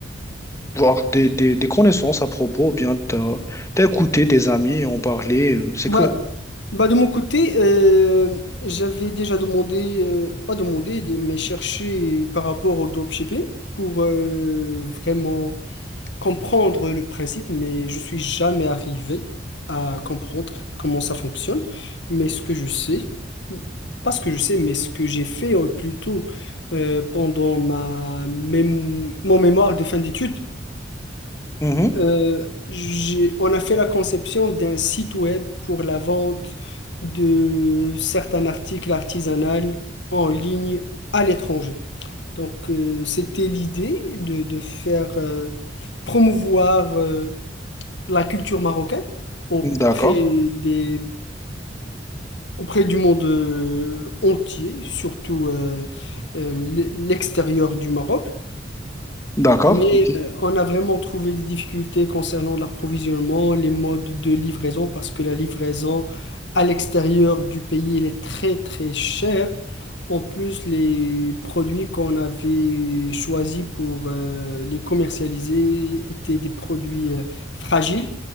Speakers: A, on the left (about 15°); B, on the left (about 70°).
A: voir des, des, des connaissances à propos, ou bien t'as, t'as écouté tes amis et en parler. euh, C'est
B: Bah,
A: que.
B: bah de mon côté, euh, j'avais déjà demandé, euh, pas demandé, des- mais cherché par rapport au dropshipping pour euh, vraiment comprendre le principe, mais je suis jamais arrivé à comprendre comment ça fonctionne. Mais ce que je sais, pas ce que je sais, mais ce que j'ai fait euh, plutôt euh, pendant ma mém- mon mémoire de fin d'études,
A: Mhm.
B: euh, j'ai- on a fait la conception d'un site web pour la vente de certains articles artisanaux en ligne à l'étranger. Donc, euh, c'était l'idée de, de faire euh, promouvoir. euh, la culture marocaine auprès
A: D'accord,
B: des, auprès du monde euh, entier, surtout euh, euh, l- l'extérieur du Maroc.
A: d'accord,
B: Mais
A: ok.
B: euh, on a vraiment trouvé des difficultés concernant l'approvisionnement, les modes de livraison, parce que la livraison à l'extérieur du pays, elle est très très chère. En plus, les produits qu'on avait choisis pour euh, les commercialiser étaient des produits euh, fragiles,